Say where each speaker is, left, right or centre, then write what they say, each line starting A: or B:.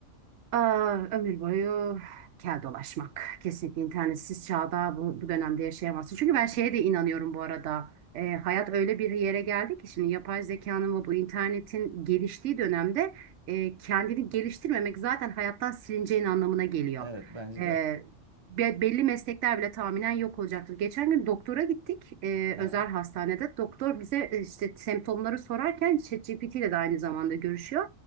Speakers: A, on the right; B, on the right.
A: Aa, ömür boyu kel dolaşmak. Kesinlikle internetsiz çağda bu, bu dönemde yaşayamazsın. Çünkü ben şeye de inanıyorum bu arada. Ee, hayat öyle bir yere geldi ki şimdi yapay zekanın ve bu internetin geliştiği dönemde e, kendini geliştirmemek zaten hayattan silineceğin anlamına geliyor.
B: Evet bence
A: Ee,
B: de.
A: be- belli meslekler bile tahminen yok olacaktır. Geçen gün doktora gittik e,
B: Evet.
A: özel hastanede. Doktor bize e, işte semptomları sorarken ChatGPT ile de aynı zamanda görüşüyor.